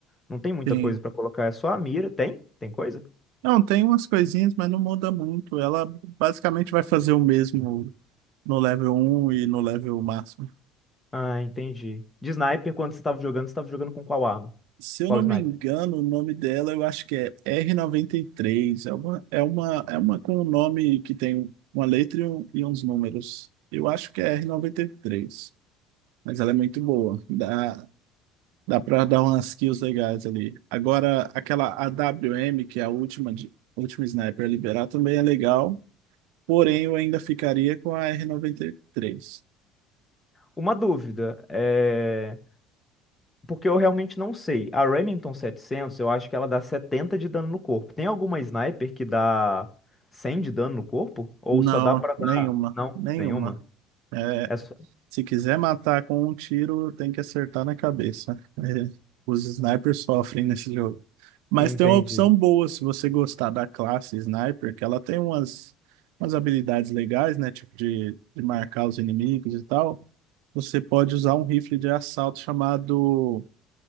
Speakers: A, on the left; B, on the right.
A: não tem muita
B: sim.
A: coisa para colocar. É só a mira. Tem? Tem coisa?
B: Não, tem umas coisinhas, mas não muda muito. Ela basicamente vai fazer o mesmo no level um e no level máximo.
A: Ah, entendi. De sniper, quando você estava jogando, você estava jogando com qual arma?
B: Se eu
A: Qual
B: não
A: sniper?
B: me engano, o nome dela eu acho que é r noventa e três. É uma, é uma, é uma com um nome que tem uma letra e, um- e uns números. Eu acho que é r noventa e três. Mas ela é muito boa. Dá, dá pra dar umas kills legais ali. Agora, aquela AWM, que é a última, de, última sniper a liberar, também é legal. Porém, eu ainda ficaria com a r noventa e três.
A: Uma dúvida. é, Porque eu realmente não sei. A Remington setecentos eu acho que ela dá 70 de dano no corpo. Tem alguma sniper que dá 100 de dano no corpo? Ou
B: Não,
A: só dá pra dar...
B: nenhuma.
A: Não,
B: Nenhuma.
A: nenhuma?
B: É
A: Essa...
B: Se quiser matar com um tiro, tem que acertar na cabeça. É, os snipers sofrem nesse jogo. Mas
A: Entendi.
B: tem uma opção boa se você gostar da classe sniper, que ela tem umas, umas habilidades legais, né? Tipo de, de marcar os inimigos e tal. Você pode usar um rifle de assalto chamado